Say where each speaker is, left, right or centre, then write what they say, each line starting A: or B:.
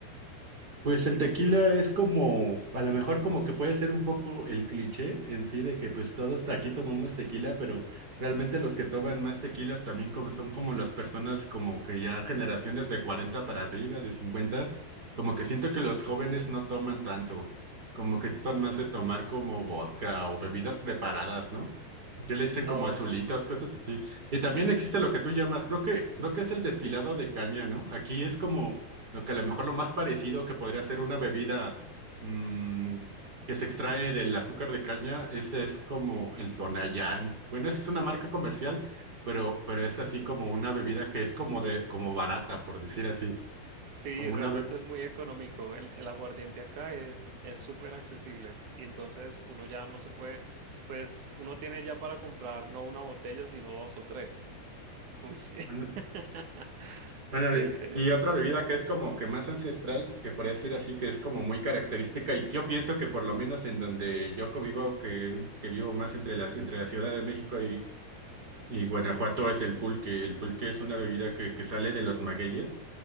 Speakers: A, on the right (about 25°); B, on the right (about 60°).
A: Pues el tequila es como, a lo mejor como que puede ser un poco el cliché en sí de que pues todos hasta aquí tomamos tequila, pero realmente los que toman más tequilas también como son como las personas como que ya generaciones de 40 para arriba, de cincuenta como que siento que los jóvenes no toman tanto, como que están más de tomar como vodka o bebidas preparadas, ¿no? Que le dicen como
B: ah,
A: azulitas, cosas así. Y también existe lo que tú llamas, creo que, creo que es el destilado de caña, ¿no? Aquí es como lo que a lo mejor lo más parecido que podría ser una bebida mm, que se extrae del azúcar de caña, ese es como el Tonayán. Bueno, esa es una marca comercial, pero, pero es así como una bebida que es como de, como barata, por decir así.
B: Sí,
A: Como
B: realmente
A: una be-
B: es muy económico. El, el aguardiente acá es es súper accesible y entonces uno ya no se puede, pues uno tiene ya para comprar no una botella, sino dos o tres. Uy, sí.
A: an-
B: <laughs>
A: ándale.
B: ok, interesante.
A: Y otra bebida que es como que más ancestral, que por decir así, que es como muy característica, y que yo pienso que por lo menos en donde yo vivo, que, que vivo más entre las, entre la Ciudad de México Y Guanajuato es el pulque. El pulque es una bebida que, que sale de los magueyes